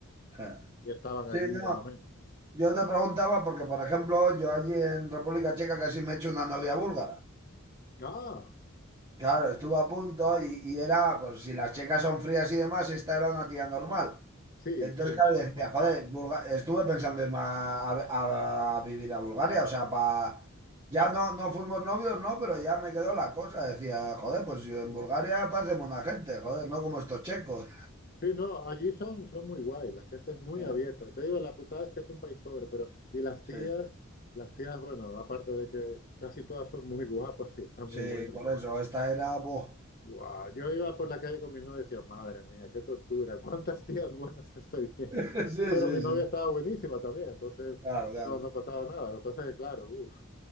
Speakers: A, on the right; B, on the left.
A: sí.
B: y estaban allí
A: Sí, no,
B: de momento.
A: yo te preguntaba porque, por ejemplo, yo allí en República Checa casi me he hecho una novia búlgara.
B: Ah,
A: Claro, estuve a punto y, y era, pues si las checas son frías y demás, esta era una tía normal.
B: sí,
A: Entonces,
B: sí.
A: claro, decía, joder, Bulga- estuve pensando irme a, a- a vivir a Bulgaria, o sea, para... Ya no, no fuimos novios, no, pero ya me quedó la cosa. Decía, joder, pues yo en Bulgaria parecemos una gente, joder, no como estos checos.
B: Sí, no, allí son, son muy guay, la gente es muy
A: Sí,
B: abierta. Te digo, la putada es que es un país pobre, pero... Y las
A: sí,
B: tías, las tías, bueno, aparte de que casi todas son muy guapas y están
A: sí,
B: muy buenas.
A: por eso, esta era... buah.
B: Guau, Yo iba por la calle con mi novia y decía, madre mía, qué tortura, ¿cuántas tías buenas estoy viendo?
A: <laughs> Sí,
B: Pero
A: sí,
B: mi novia
A: sí.
B: estaba buenísima también, entonces
A: Claro, claro.
B: no, no pasaba nada. Lo que pasa es que, claro, uf.